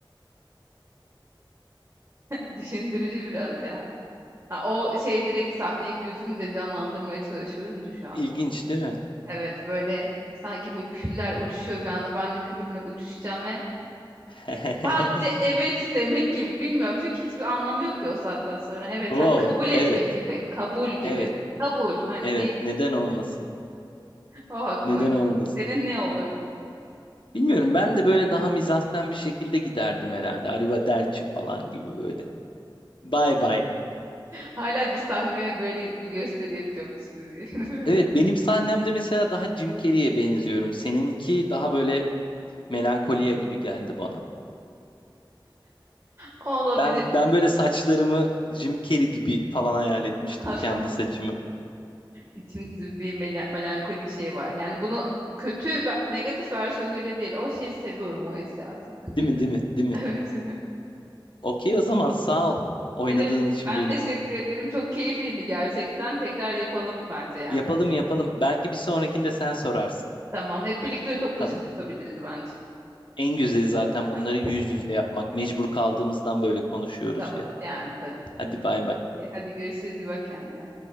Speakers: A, on the right; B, on the left.
A: <laughs> düşündürücü biraz ya. Ha, o şey direkt sahneye gözümü de canlandırmaya çalışıyorum da şu anda.
B: İlginç değil mi?
A: Evet böyle sanki böyle küller uçuşuyor bir anda. Ben de külümle uçuşacağım ve
B: <laughs>
A: sadece evet demek gibi. Bilmiyorum çünkü hiçbir anlamı yok ki o saatten sonra. Evet
B: Wow,
A: hani kabul etmek
B: evet,
A: gibi. Kabul gibi.
B: evet,
A: Kabul hani
B: evet.
A: deyip
B: Neden olmasın?
A: o aklıma
B: Neden
A: geldi.
B: olmasın?
A: Senin ne olurdu?
B: Bilmiyorum ben de böyle daha mizahsen bir şekilde giderdim herhalde. Arrivederci falan gibi böyle. Bye bye.
A: Hala bir sahneye böyle bir gösteri yapıyormuş gibi. <laughs> değil mi?
B: Evet benim sahnemde mesela daha Jim Carrey'e benziyorum. Seninki daha böyle melankoliya gibi geldi bana.
A: Olabilir.
B: Ben ben böyle saçlarımı Jim Carrey gibi falan hayal etmiştim
A: <laughs> Adam
B: kendi saçımı.
A: İçimde bir mela- melankolik şey var. Yani bunu kötü ve negatif versiyonuyla değil. O şeyi seviyorum o hissiyatı. <laughs>
B: Değil mi? Değil mi? Değil mi?
A: Evet.
B: Okey o zaman sağ ol oynadığın
A: Ne demek?
B: için
A: Ben
B: benimle.
A: teşekkür ederim. Çok keyifliydi gerçekten. Tekrar yapalım bence yani
B: Yapalım
A: bu.
B: yapalım. Belki bir sonrakinde sen sorarsın.
A: Tamam. Hep birlikte toplaşıp
B: Tamam?
A: da yapabiliriz bence.
B: En güzeli zaten bunları
A: Tamam.
B: yüz yüze yapmak. Mecbur kaldığımızdan böyle konuşuyoruz
A: Tamam.
B: ya.
A: Yani tabii.
B: Hadi bay bay.
A: İyi, Hadi görüşürüz. İyi bak kendine.